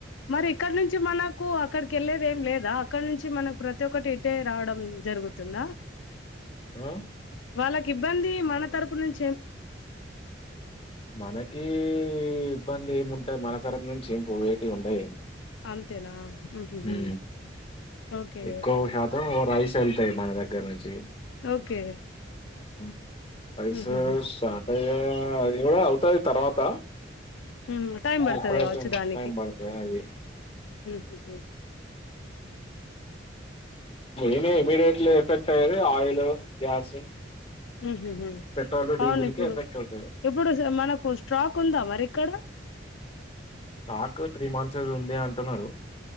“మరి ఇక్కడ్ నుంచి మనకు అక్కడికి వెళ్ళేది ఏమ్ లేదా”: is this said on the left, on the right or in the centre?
Left